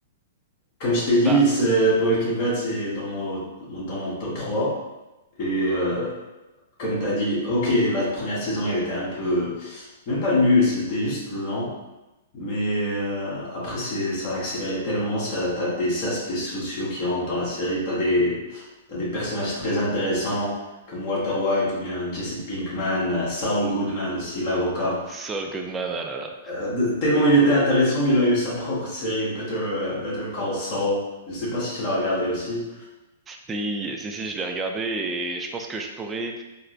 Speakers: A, on the left (about 45°); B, on the right (about 15°).
A: comme je t'ai dit,
B: bah
A: c'est- Breaking Bad, c'est dans mon, mon- dans mon top trois Et euh, comme tu as dit, ok, la première saison, il était un peu, même pas nul, c'était juste lent. Mais euh, après, c'est, ça a accéléré tellement, ça, t'as des aspects sociaux qui rentrent dans la série, t'as des, t'as des personnages très intéressants comme Walter White ou bien Jesse Pinkman, euh, Saul Goodman aussi, l'avocat.
B: Saul Goodman, ah là là.
A: Euh, tellement il était intéressant, il a eu sa propre série, Better, Better Call Saul. Je sais pas si tu l'as regardé aussi.
B: Si si si, je l'ai regardé et je pense que je pourrais